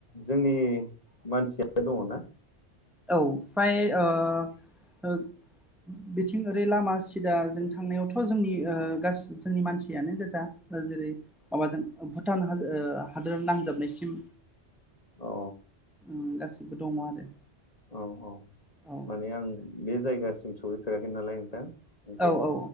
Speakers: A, on the left (about 35°); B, in the centre.
A: जोंनि मानसियानो दङना?
B: औ। फ्राय ओ ओ बिथिं ओरै लामा सिदाजों थांनायावथ' जोंनि ओ गासि जोंनि मानसियानो गोजा। जेरै माबाजों भुटान हाजो ओ हादोर नांजाबनायसिम
A: ओ
B: उम गासिबो दङ आरो।
A: औ औ
B: औ
A: माने आं बे जायगा सिम सहैफेराखै नालाय नोंथां ओंखायनो
B: औ औ